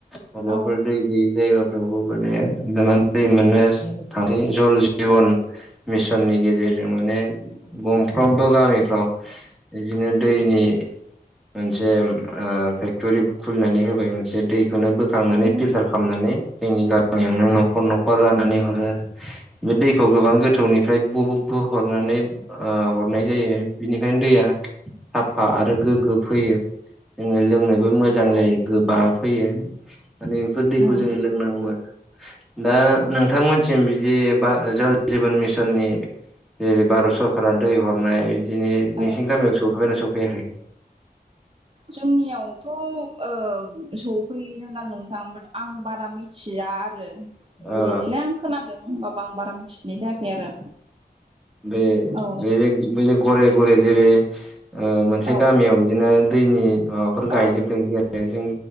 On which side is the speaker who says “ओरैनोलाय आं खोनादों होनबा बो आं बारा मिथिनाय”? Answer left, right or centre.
Right